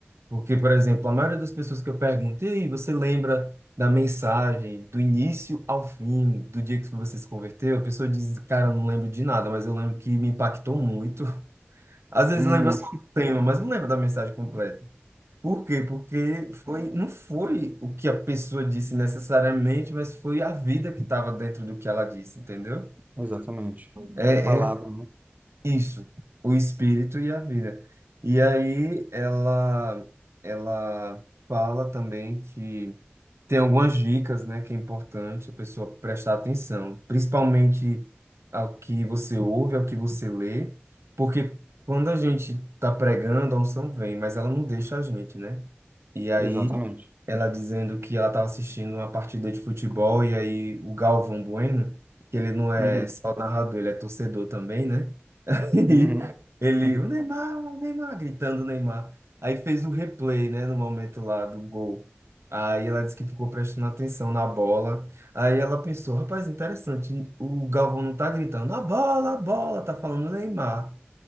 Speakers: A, on the right; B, on the right.
A: Porque, por exemplo, a maioria das pessoas que eu perguntei, você lembra da mensagem, do início ao fim, do dia que você se converteu? A pessoa diz, cara, eu não lembro de nada, mas eu lembro que me impactou muito. <laughs> Às vezes
B: uhum,
A: lembra só o tema, mas não lembra da mensagem completa. Por quê? Porque foi, não foi o que a pessoa disse necessariamente, mas foi a vida que estava dentro do que ela disse, entendeu?
B: exatamente.
A: é
B: A palavra,
A: é
B: né?
A: isso, o espírito e a vida. E aí ela ela fala também que tem algumas dicas, né, que é importante a pessoa prestar atenção, principalmente ao que você ouve, ao que você lê, porque quando a gente está pregando, a unção vem, mas ela não deixa a gente, né? E aí
B: Exatamente.
A: ela dizendo que ela estava assistindo uma partida de futebol e aí o Galvão Bueno, que ele não é
B: Uhum,
A: só narrador, ele é torcedor também, né? E
B: uhum,
A: ele,
B: uhum.
A: o Neymar, o Neymar, gritando o Neymar. Aí fez o replay, né, no momento lá do gol. Aí ela disse que ficou prestando atenção na bola. Aí ela pensou, rapaz, interessante, o Galvão não tá gritando, a bola, a bola, tá falando Neymar.